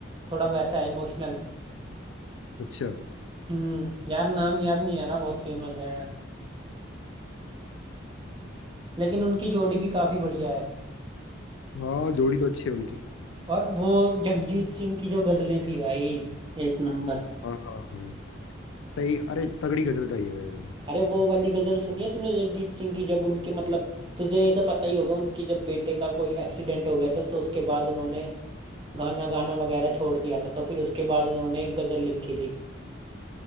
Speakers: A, on the right; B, on the left.
A: थोड़ा वैसा इमोशनल
B: अच्छा
A: हम्म यार नाम याद नहीं आ रहा बहुत फेमस है लेकिन उनकी जोड़ी भी काफी बढ़िया है
B: हाँ जोड़ी तो अच्छी है उनकी
A: और वो जगजीत सिंह की जो गजलें थी भाई एक नंबर
B: हाँ हाँ हाँ सही अरे तगड़ी गजल का ही है भाई उन्होंने
A: अरे वो वाली गजल सुनी है तूने जगजीत सिंह की जब उनके मतलब तुझे ये तो पता ही होगा उनके जब बेटे का कोई एक्सीडेंट हो गया था तो उसके बाद उन्होंने गाना गाना वगैरह छोड़ दिया था तो फिर उसके बाद उन्होंने एक गजल लिखी थी